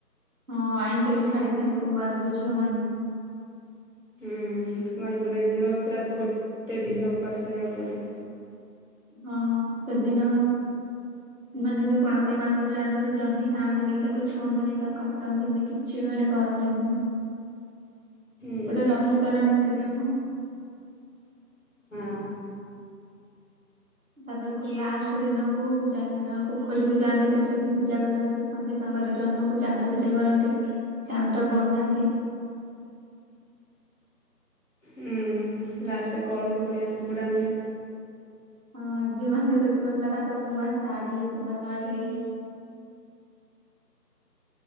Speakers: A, on the right; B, on the left.
A: ହଁ, ଆଇଁଷ ବି ଛାଡିଥାନ୍ତି, କୁମାର ଯୋଉ ଝିଅମାନେ
B: ହୁଁ, କୁମାର ପୁନେଇ ଦିନ ପୁରା ଗୋଟେ ଦିନ, ଉପାସ ରହିଆକୁ ପଡ଼େ।
A: ହଁ, ସେଦିନ
B: ହ
A: ମାନେ ଯୋଉ କଣ? ସେଇ ମାସଟା ଯାଙ୍କର ଜହ୍ନି ଖାଆନ୍ତିନି, କି ତାକୁ ଛୁଅନ୍ତିନି, ତାକୁ କାଟନ୍ତିନି କି ଛି ମାନେ କରନ୍ତିନି।
B: ହୁଁ
A: ଗୋଟେ ରହିଛି ତାର ନୀତି ନିୟମ।
B: ହଁ
A: ତାପରେ କୁ ଲାଷ୍ଟ ଦିନକୁ ଯାଇକିନା ପୋଖରୀକୁୁ ଯାଆନ୍ତି ସେଠି ପୂଜା କରନ୍ତି। ସନ୍ଧ୍ୟା ସମୟରେ ଜହ୍ନକୁ ଚାନ୍ଦ ପୂଜା କରନ୍ତି ଚାନ୍ଦ ବନ୍ଦାନ୍ତି।
B: ହୁଁ। ଲାଷ୍ଟରେ କଳସ ବୁଡେ ବୁଡାନ୍ତି।
A: ହଁ ଝିଅମାନେ ତ ସେଦିନ ପୁରା ତାଙ୍କର ନୂଆ ଶାଢୀ କିମ୍ବା ନୂଆ ଡ୍ରେସ